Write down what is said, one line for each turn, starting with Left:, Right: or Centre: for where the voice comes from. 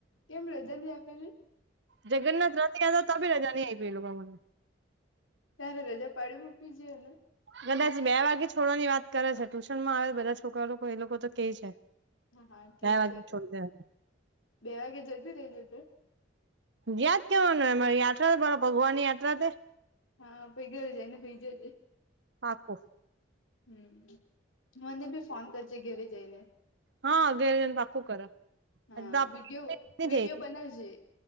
Left: કેમ રજા નહી આપેલી
Right: જગન્નાથ રથ યાત્રા હતી તો પણ રજા નહીં આપી એ લોકોએ મને.
Left: તારે રજા પાડી મૂકવી જોઈએ ને.
Right: કદાચ બે વાગે છોડવાની વાત કરે છે ટુશન માં આવે બધા છોકરા લોકો એ લોકો તો કે છે.
Left: હા હા ઠીક
Right: બે વાગે
Left: છે તો
Right: છોડી દેવા.
Left: બે વાગે જતી રેલી તું.
Right: યાદ કેવાનું યાત્રા બરા ભગવાન ની યાત્રા તે.
Left: હા <unintelligible> પીગર જઈને પી જજ
Right: પાકું
Left: હમ મને બી ફોન કરજ ઘેરે જઈને
Right: હ ઘરે જઈને પાકું કરા <unintelligible>
Left: હા
Right: અગિયાર
Left: વિડીયો
Right: જને પાખું
Left: વિડીયો
Right: કર થ
Left: બનાવજે